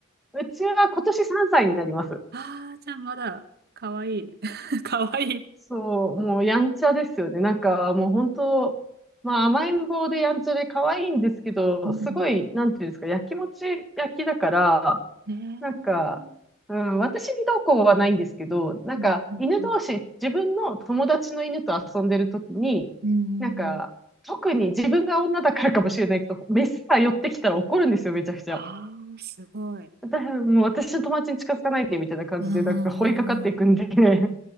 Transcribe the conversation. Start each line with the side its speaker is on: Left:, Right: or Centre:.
Centre: うちは今年3歳になります。
Right: ああ、じゃあまだ、かわいい。<laughs> かわいい。
Centre: そう、もうやんちゃですよね。なんかもう本当、まあ甘えん坊でやんちゃで可愛いんですけど、
Right: うん。
Centre: すごい、なんていうんですか、やきもち焼きだから、
Right: ねえ。
Centre: なんか、うん、私にどうこうはないんですけど、なんか、
Right: うんうんうん。
Centre: 犬同士、自分の友達の犬と遊んでるときに、
Right: うん
Centre: なんか、特に自分が女だからかもしれないけど、メスが寄ってきたら怒るんですよ、めちゃくちゃ。
Right: ああ、すごい。
Centre: だからもう私の友達に近づかないで、みたいな感じで、
Right: うんうんうんうん
Centre: なんか、追いかかっていくんで、<laughs>